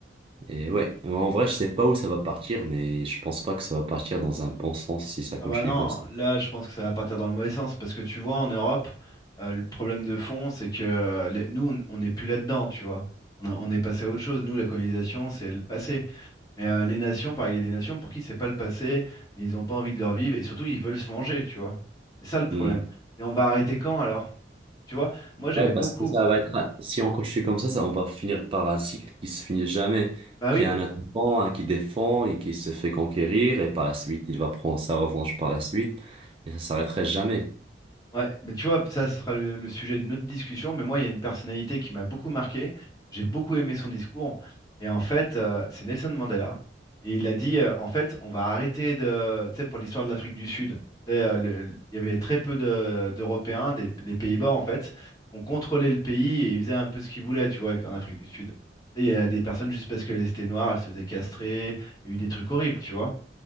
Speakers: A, on the right; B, on the left.
A: Et ouais, mais en vrai, je sais pas où ça va partir, mais je pense pas que ça va partir dans un bon sens si ça continue
B: Ah bah non,
A: comme ça.
B: là je pense que ça va partir dans le mauvais sens parce que tu vois en Europe, euh, le problème de fond c'est que euh, les- nous on on n'est plus là-dedans, tu vois. On, a- on est passé à autre chose. Nous la colonisation c'est le passé. Mais euh, les nations, pareil, il y a des nations pour qui c'est pas le passé et ils n'ont pas envie de le revivre et surtout ils veulent se venger, tu vois. C'est ça le problème.
A: Hmm.
B: Et on va arrêter quand alors? Tu vois, moi j'avais
A: Ouais, parce
B: beaucoup.
A: que ça va être, un- si on continue comme ça, ça, on va finir par un cycle qui se finit jamais.
B: Bah oui.
A: Il y a un attaquant, un qui défend et qui se fait conquérir, et par la suite, il va prendre sa revanche par la suite, et ça s'arrêterait jamais.
B: Ouais, mais tu vois, ça, ce sera le, le sujet d'une autre discussion. Mais moi, il y a une personnalité qui m'a beaucoup marqué. J'ai beaucoup aimé son discours. Et en fait, euh, c'est Nelson Mandela. Et il a dit, euh, en fait, on va arrêter de. Tu sais, pour l'histoire de l'Afrique du Sud, tu sais, euh, le- le- il y avait très peu de- d'Européens, des, des Pays-Bas, en fait. On contrôlait le pays et ils faisaient un peu ce qu'ils voulaient, tu vois, en Afrique du Sud. Tu sais, Il y a des personnes, juste parce qu'elles étaient noires, elles se faisaient castrer. Il y a eu des trucs horribles, tu vois.